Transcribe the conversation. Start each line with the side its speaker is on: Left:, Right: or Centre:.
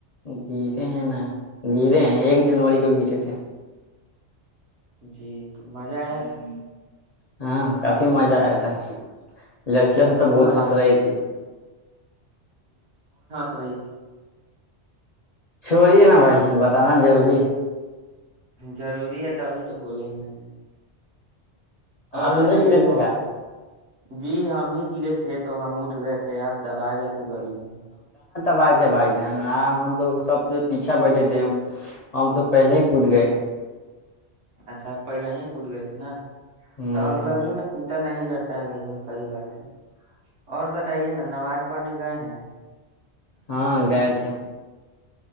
Left: گرے ہیں نا گرے ہیں ایک جنوری کو گرے تھے
Right: جی تو مزہ آیا تھا
Left: ہاں کافی مزہ آیا تھا لڑکیاں سب تو
Right: خوب
Left: بہت
Right: مزہ
Left: ہنس
Right: آیا تھا
Left: رہی
Right: نا؟
Left: تھی
Right: تر
Left: چھوڑیے نا بھائی جن بتانا ضروری ہے
Right: ضروری ہے تو ابھی تو بولے ہیں میں نے اور
Left: آپ
Right: بتائیے
Left: نہیں گرے تھے
Right: م
Left: کیا
Right: جی ہم بھی گرے تھے تو ہم اٹھ گئے تھے آپ دبا گئے تھے گاڑییا میں
Left: بات ہے بھائی جان آ ہم تو سب سے پیچھا بیٹھے تھے ہم تو پہلے ہی کود گئے
Right: اچھا پہلا یہ کود گئے تھے نا
Left: ہ
Right: تو اگ لگ ہی میں کوٹا نہیں جرتا ہے بھ جن سحی بات ہے اور بتائیے نا نماز پڑھنے گئے ہیں آج
Left: ہاں گئے تھے